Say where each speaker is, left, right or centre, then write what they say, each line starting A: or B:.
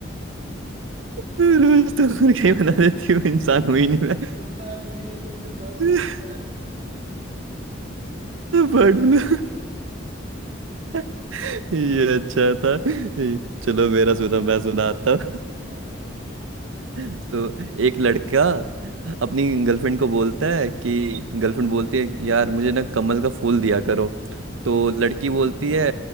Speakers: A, on the right (about 85°); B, on the right (about 35°).
A: <laughs> रोज तो मुर्गा
B: <laughs>
A: ही बना देती हूँ इंसान हुई नहीं मैं
B: इंसान हुई नहीं तो मुझे बर्ड
A: <laughs>
B: फ्लू हुआ है <laughs>
A: Bird flu
B: हाँ
A: <laughs> ये अच्छा था ये- चलो मेरा सुना मैं सुनाता हूँ
B: हाँ हाँ बताओ।
A: तो एक लड़का
B: हम्म,
A: अपनी गर्लफ्रेंड को बोलता है कि गर्लफ्रेंड बोलती है यार मुझे ना कमल का फूल दिया करो तो लड़की बोलती है